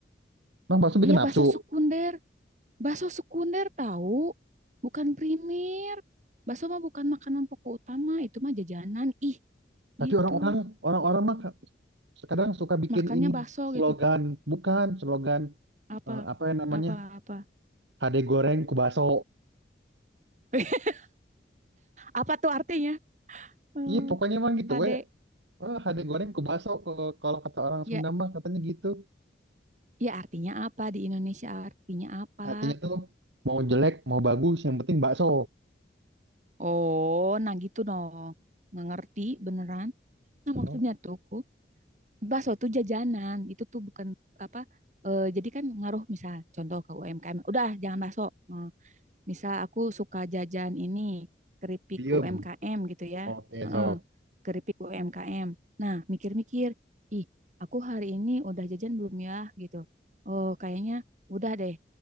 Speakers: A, on the right (about 80°); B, on the right (about 40°).
A: Emang bakso bikin
B: iya
A: nafsu.
B: bakso sekunder Bakso sekunder tahu, bukan primer. Bakso mah bukan makanan pokok utama, itu mah jajanan. Ih,
A: Tapi
B: gitu.
A: orang-orang orang-orang mah kadang suka bikin
B: Makannya
A: ini
B: bakso
A: slogan,
B: gitu.
A: bukan slogan
B: Apa?
A: eh, apa yang namanya
B: Apa apa?
A: HD goreng ku baso.
B: <laughs> Apa tuh artinya? Eh,
A: Iya, pokoknya emang gitu
B: HD.
A: we. Eh, HD goreng ku baso kalau kalau kata orang
B: Ya,
A: Sunda mah katanya gitu.
B: ya artinya apa di Indonesia artinya apa?
A: Artinya tuh mau jelek, mau bagus, yang penting bakso.
B: Oh, nah gitu dong. Nggak ngerti beneran. Nah, maksudnya
A: Oh,
B: tuh ku, bakso tuh jajanan. Itu tuh bukan apa eh, jadi kan ngaruh misal contoh ke UMKM. Udah, jangan bakso. Eh, Misal aku suka jajan ini keripik
A: diem.
B: UMKM gitu ya.
A: Oke,
B: Heeh,
A: so
B: keripik UMKM. Nah, mikir-mikir, ih, aku hari ini udah jajan belum ya gitu. Oh, kayaknya udah deh.